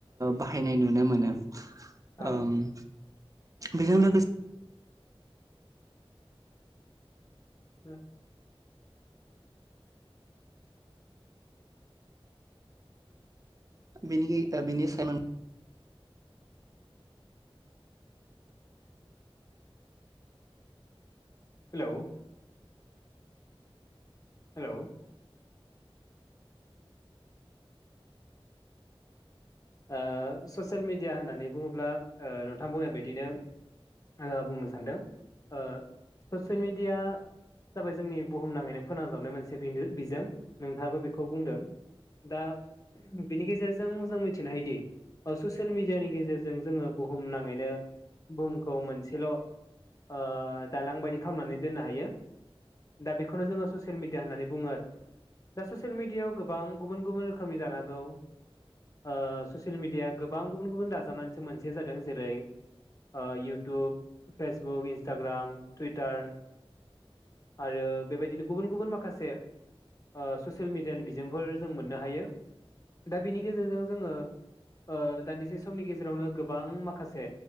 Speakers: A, on the right (about 35°); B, on the left (about 35°).
A: बाहायनाय नुनो मोनो। ं
B: औ
A: <inaudible> बेजों लोगो
B: <inaudible>
A: बिनि ओ बिनि <inaudible>
B: हेलोव। हेलोव। ओ ससियेल मिडिया होननानै बुङोब्ला ओ नोंथांमोन बुंनाय बायदिनो। आं बुंनो सानदों ओ। ससियेल मिडिया जाबाय जोंनि बुहुमनाङैनो फोनांजाबनाय मोनसे बिजों नोंथाङाबो बेखौ बुंदों दा बिनि गेजेरजों जों मिथि मिनो हयदि ससियेल मिडियानि गेजेरजों जोंङो बुहुम नाङैनो बुहुमखौ मोनसेल, ओ दालां बायदि खालामनानै दोननो हायो दा बेखौनो जोंङो ससियेल मिडिया होननानै बुङो आरो दा ससियेल मिडियाव गोबां गुबुन गुबुन रोखोमनि जानांगौ। ओ ससियेल मेडियाआ गोबां गुबुन गुबुन दाजाबनानैसो मोनसे जादों, जेरै ओ इउटुब, फेसबुक, इन्स्टाग्राम, टुइटार आरो बेबायदिनो गुबुन गुबुन माखासे ओ ससियेल मिडियानि बिजोंफोर जों मोननो हायो दा बिनि गेजेरजों जोंङो ओ दान्दिसे समनि गेजेरावनो गोबां माखासे,